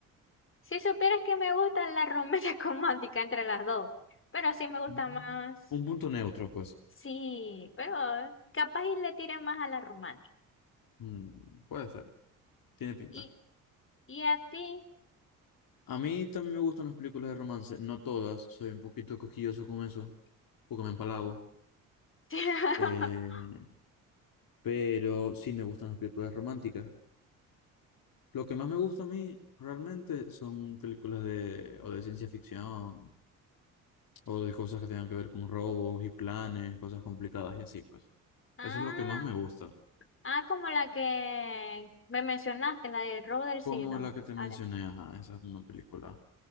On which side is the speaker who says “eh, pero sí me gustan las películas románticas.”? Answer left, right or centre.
Left